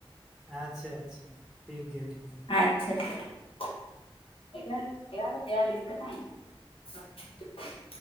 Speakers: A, in the centre; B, on the left (about 70°).
A: ᱟᱪᱪᱷᱟ ᱟᱪᱪᱷᱟ ᱴᱷᱤᱠ ᱜᱮᱭᱟ ᱴᱷᱤᱠ ᱜᱮᱭᱟ
B: ᱟᱪᱪᱷᱟ ᱴᱷᱤᱠ <inaudible> <unintelligible>